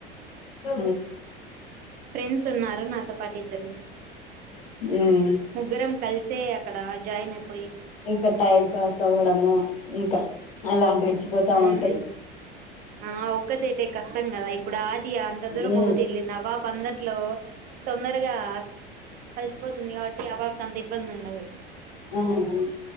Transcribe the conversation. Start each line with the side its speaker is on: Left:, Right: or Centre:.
Left: ఆ
Right: ఫ్రెండ్స్ ఉన్నారు నాతో పాటు ఇద్దరు
Left: ఉమ్,
Right: ముగ్గురం కల్ సే అక్కడ జాయిన్ ఐప్
Left: ఇంక టైం పాస్ అవ్వడము ఇంకా అలాగే పోతా
Right: ఉమ్
Left: ఉంటయ్
Right: ఆ ఒక్కదైతే కష్టం కదా ఇప్పుడు ఆది అంత దూరం
Left: ఉమ్,
Right: ఒకతే వెళ్ళింది. ఆ పాప అందట్లో తొందరగా కలిసిపోతుంది కావట్టి అవా కంత ఇబ్బందుండదు
Left: ఉహ్